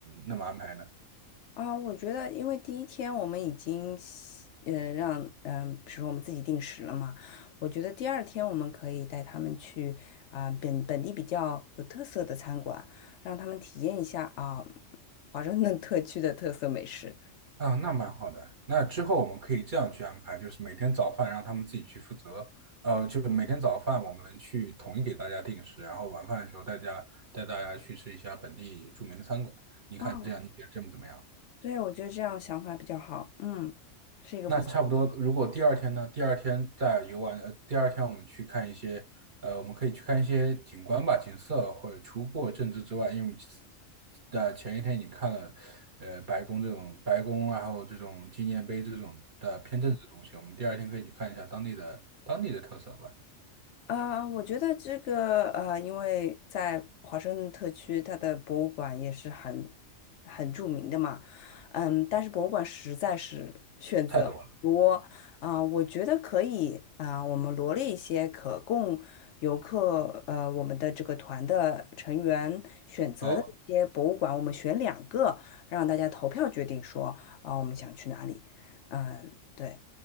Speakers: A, on the right (about 45°); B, on the left (about 70°).
A: 那么安排呢？
B: 啊，我觉得，因为第一天我们已经习嗯，呃让，嗯、比如说我们自己定时了嘛，我觉得第二天我们可以带他们去啊、本本地比较有特色的餐馆，让他们体验一下啊、华盛顿特区的特色美食。
A: 啊，那蛮好的。那之后我们可以这样去安排，就是每天早饭让他们自己去负责，呃，就是每天早饭我们去统一给大家定时，然后晚饭的时候大家带大家去吃一下本地著名的餐馆，
B: 啊，
A: 这样你觉得这么怎么样？
B: 对，我觉得这样想法比较好，嗯，是一个不错。
A: 那差不多。如果第二天呢？第二天在游玩，呃，第二天我们去看一些，呃，我们可以去看一些景观吧，景色或者除过政治之外，因为我们的前一天已经看了，呃，白宫这种白宫然后这种纪念碑这种的偏政治的东西，我们第二天可以去看一下当地的当地的特色吧，
B: 啊，我觉得这个呃，因为在华盛顿特区，它的博物馆也是很很著名的嘛，嗯，但是博物馆实在是选择很多啊，
A: 太多了。
B: 我觉得可以啊，我们罗列一些可供游客呃我们的这个团的成员选择的一些博物馆，
A: 哦，
B: 我们选两个，让大家投票决定说啊，我们想去哪里，嗯，对。